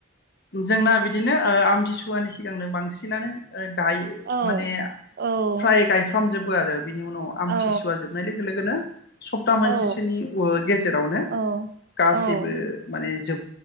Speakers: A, on the left; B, on the right.
A: जोंना बिदिनो ओ आमथिसुवानि सिगांनो बांसिनानो गाय
B: औ
A: माने
B: औ
A: फ्राय गायफ्रामजोब बो आरो । बिनि उनाव आमथिसुवा
B: औ
A: जोबनाय लोगो लोगोनो सप्ता मोनसेसोनि
B: औ
A: ओ गेजेरावनो
B: औ
A: गासैबो
B: औ
A: माने जोब